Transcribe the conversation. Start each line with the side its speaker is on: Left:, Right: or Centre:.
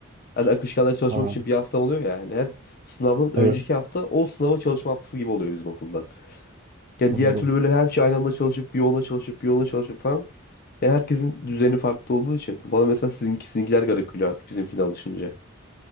Left: Hani akışkanlara çalışmak
Right: Ha,
Left: için bir haftam oluyor ya yani. Her sınavdan
Right: evet.
Left: önceki hafta o sınava çalışma haftası gibi oluyor bizim okulda. Yani
Right: Anladım.
Left: diğer türlü böyle her şey aynı anda çalışıp bir yoluna çalışıp bir yoluna çalışıp falan. Ya herkesin düzeni farklı olduğu için. Bana mesela sizinki, sizinkiler garip geliyor artık bizimkine alışınca.